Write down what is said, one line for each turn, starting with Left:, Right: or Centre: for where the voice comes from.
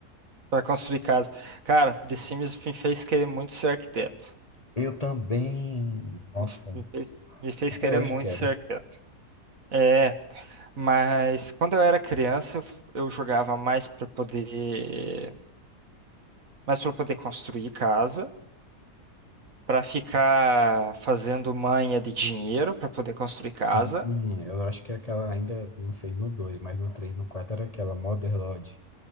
Right: Pra construir casa. Cara, The Sims me fez querer muito ser arquiteto.
Left: Eu também. Nossa,
Right: Me, me fez, me fez
Left: até
Right: querer
Left: hoje
Right: muito
Left: quero.
Right: ser arquiteto. É. Mas quando eu era criança, eu, f- eu jogava mais para poder, mais para poder construir casa, para ficar fazendo manha de dinheiro para poder construir casa.
Left: Sim, eu acho que aquela ainda, não sei, no 2 mas no 3 no 4 era aquela Mother Lodge.